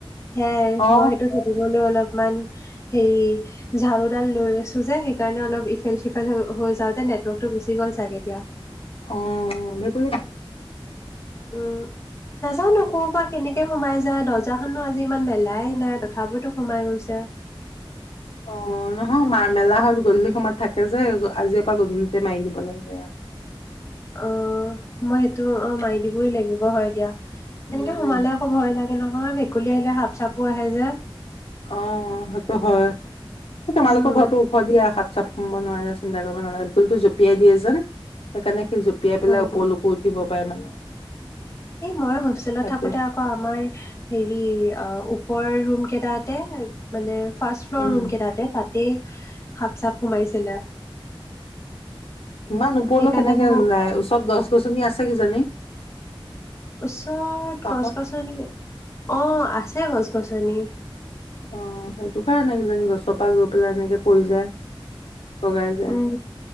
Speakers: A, on the left; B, on the left.
A: সেয়াই
B: অ
A: মই সেইটো খেদিবলৈ অলপমান হেৰি ঝাৰুডাল লৈ চু যে সেইকাৰণে অলপ ইফাল-সিফাল হৈ যাওঁতে নেটৱৰ্কটো গুচি গ'ল চাগে এতিয়া।
B: উম, ভেকুলী
A: উম। নাজানো ক'ৰ পৰা কেনেকে সোমাই যায় দৰ্জাখনো আজি ইমান মেলাই নাই তথাপিতো সোমাই গৈছে।
B: অ' নহয় মা মেলা হয় গধূলি সময়ত থাকে যে আজি পৰা গধূলিতে মাৰি দিব লাগে আৰু।
A: অ' মই সেইটো অ' মাৰি দিবই লাগিব হয় দিয়া
B: উম
A: এনেকে সোমালে আকৌ ভয় লাগে। হেৰি নহয় ভেকুলী আহিলে সাপ, চাপো আহে যে।
B: অ' সেইটো হয় তোমালোকৰ
A: উম
B: ঘৰতো হয় দিয়া সাপ, চাপ সোমাব নোৱাৰে চিন্তা কৰিব নালাগে। ভেকুলীটো জপিয়াই দিয়ে যে সেইকাৰণে সি জপি লুটিয়াই পেলাই
A: অ
B: ওপৰলৈকো উঠিব পাৰে মানে।
A: এই ময়ো হোষ্টেলত
B: সেইটোৱে
A: থাকোঁতে আকৌ আকৌ আমাৰ হেৰি অ' ওপৰৰ ৰুম কেইটাতে মানে ফাৰ্ষ্ট ফ্লৰ
B: উম
A: ৰুম কেইটাতে তাতেই সাপ, চাপ সোমাইছিলে।
B: ইমান ওপৰলৈ
A: সেইকাৰণে
B: কেনেকে
A: মোৰ
B: যায় ওচৰত গছ-গছনি আছে কিজানি।
A: ওচৰত
B: কাষত
A: গছ-গছনি অ' আছে গছ-গছনি।
B: অ' সেইটো কাৰণে কিজানি গছৰ পৰা গৈ পেলায় এনেকে পৰি যায়। বগাই যায়
A: উম,